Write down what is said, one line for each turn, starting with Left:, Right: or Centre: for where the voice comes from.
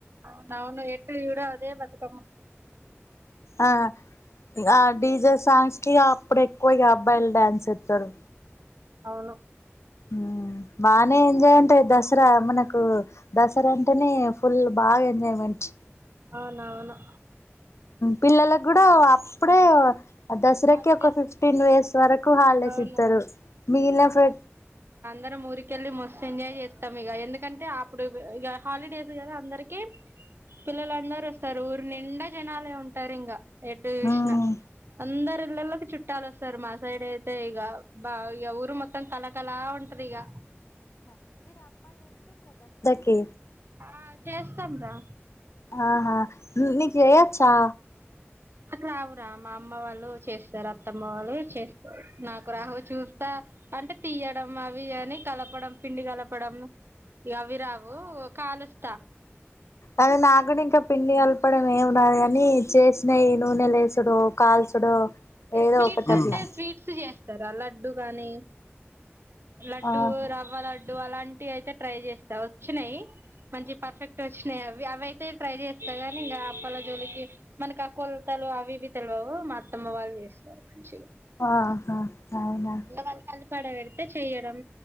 Right: అవునవును ఎట్టు జూడు అదే బతుక్
Left: ఆ ఆ డీజే సాంగ్స్ కిగ అప్పుడేక్కువ ఇగ అబ్బాయిలు డాన్స్ ఏత్తరు.
Right: అవును
Left: హ్మ్ బానే ఎంజాయంట దసరా మనకు దసరా అంటేనే ఫుల్ బాగా ఎంజాయ్మెంట్.
Right: అవునవును
Left: పిల్లలగ్గూడా అప్పుడే దసరాకి
Right: హాలిడేస్
Left: ఒక ఫిఫ్టీన్ వేస్ వరకు హాలిడేస్
Right: అవును
Left: ఇత్తరు మిగిలిన ఫె
Right: తరం ఊరికెళ్ళి మొ సెంజాయ్ జేత్తం ఇగ ఎందుకంటే అప్పుడు ఇగ హాలిడేస్ గదా అందరికి పిల్లలందరు వస్తారు ఊరు నిండా జనాలే ఉంటారు ఇంగా ఎటు జూస్నా
Left: మ్మ్
Right: అందరు ఇళ్లలోకి చుట్టాలు వస్తారు మా సైడ్ అయి తే ఇగ బా ఇగ ఊరు మొత్తం కలాకలా ఉంటదిగా
Left: కి
Right: ఆ చేస్తాం రా
Left: ఆహా నీకు జేయొచ్చా
Right: నాకు రావురా మా అమ్మ వాళ్ళు చేస్తారు అత్తమ్మ వాళ్ళు చేస్ నాకు రావు చూస్తా అంటే తీయడం అవి అని కలపడం. పిండి గలపడం అవి రావు కాలుస్
Left: అది నాగ్గూడా ఇంకా పిండి కలపడం ఏమి రాదు గాని చేసినయ్ నూనె లేస్ తుడు కాల్చుడు ఏదో
Right: స్వీట్స్
Left: ఒకటి అట్లా
Right: అంటే స్వీట్స్ చేస్ ర లడ్డు గాని లడ్డూ
Left: ఆహా
Right: రవ్వ ల అలాంటివి అయితే ట్రై జేస్తా వచ్చినయ్ మంచి పర్ఫెక్ట్ వచ్చినయ్ అవి అవై తే ట్రై జేస్తా గానీ ఇంగా అప్పల జోలికి మనకి ఆ కొలతలు అవి ఇవి తెలవవు మా అత్తమ్మ వాళ్ళు జేస్తారు మంచిగా
Left: ఆహా అవునా
Right: ఇంగ వాళ్ళు కలిపి ఆడ పెడితే చెయ్యడం